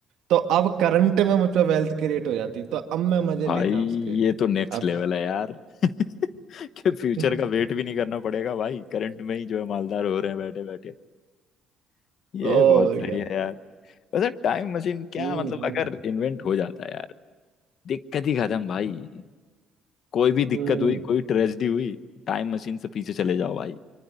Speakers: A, on the right; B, on the left.
A: तो अब करंट में मुझ पर वेल्थ क्रिएट हो जाती तो अब मैं मजे
B: भाई
A: लेता उसके
B: ये तो नेक्स्ट
A: अब
B: लेवल है यार <laughs> कि फ्यूचर
A: <laughs>
B: का वेट भी नहीं करना पड़ेगा भाई करंट में ही जो है मालदार हो रहे हैं बैठे बैठे ये
A: ओ
B: बहुत सही
A: गया
B: है यार वैसे टाइम मशीन क्या
A: हम्म
B: मतलब
A: हम्म
B: अगर इन्वेंट हो जाता है यार दिक्कत ही खत्म भाई कोई भी दिक्कत
A: हम्म
B: हुई कोई ट्रेजेडी हुई टाइम मशीन से पीछे चले जाओ भाई